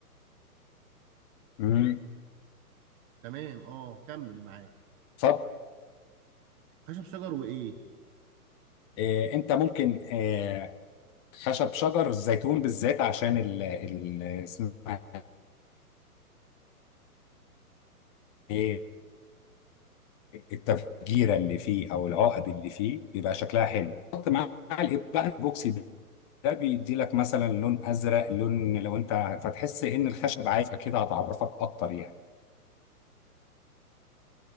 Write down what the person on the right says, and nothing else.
تمام اه كمل معاك
خشب شجر وايه